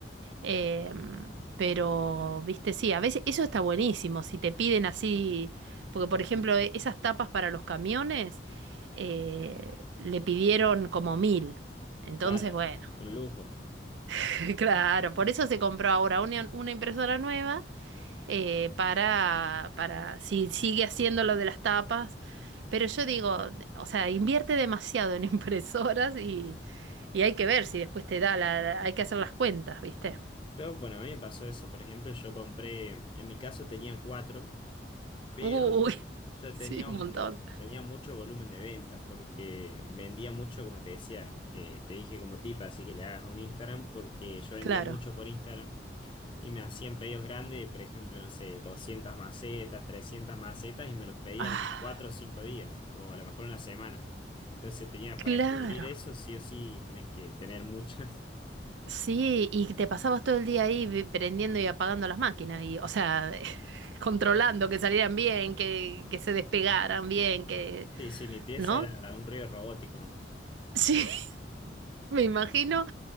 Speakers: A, on the right; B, on the left.
A: Eh, pero, viste, sí, a veces eso está buenísimo, si te piden así, porque por ejemplo, e- esas tapas para los camiones eh, le pidieron como mil. Entonces,
B: claro,
A: bueno,
B: un lujo.
A: <laughs> claro, por eso se compró ahora una, una impresora nueva eh, para, para, si sigue haciendo lo de las tapas. Pero yo digo, o sea, invierte demasiado en <laughs> impresoras y, y hay que ver si después te da la, hay que hacer las cuentas, ¿viste?
B: Yo, bueno, a mí me pasó eso, por ejemplo, yo compré, en mi caso tenía cuatro. pero
A: Uy, <laughs>
B: yo
A: Sí,
B: tenía,
A: un
B: un-
A: montón.
B: tenía mucho volumen de venta porque vendía mucho, como te decía, eh, te dije como tip, así que le hagas un Instagram porque yo vendía
A: Claro.
B: mucho por Instagram y me hacían pedidos grandes, por ejemplo, no sé, 200 macetas, 300 macetas y me los pedían
A: Ah,
B: en 4 o 5 días o a lo mejor una semana. Entonces tenía
A: claro.
B: para cubrir eso, sí o sí, tenés que tener muchas. <laughs>
A: Sí, y te pasabas todo el día ahí vi- prendiendo y apagando las máquinas y, o sea, <laughs> controlando que salieran bien, que, que se despegaran bien, que,
B: Sí, sí, mi pieza
A: ¿no?
B: era un
A: <laughs>
B: río robótico, ¿no?
A: Sí, me imagino.